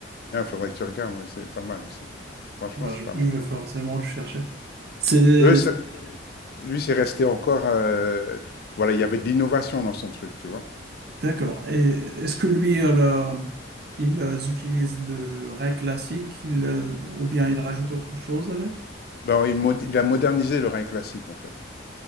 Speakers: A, on the left (about 50°); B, on the right (about 55°).
A: Il faudrait que tu regardes, ouais, c'est pas mal aussi. Franchement,
B: Bah,
A: c'est
B: je,
A: pas
B: je
A: mal.
B: vais forcément le chercher. C'est
A: Eux, ça- Lui, c'est resté encore. euh, voilà, il y avait de l'innovation dans son truc, tu vois.
B: D'accord. Et est-ce que lui, euh, le- il euh, utilise le rail classique il, euh, ou bien il rajoute autre chose avec?
A: Ben, il, mod- il a modernisé le rail classique, en fait.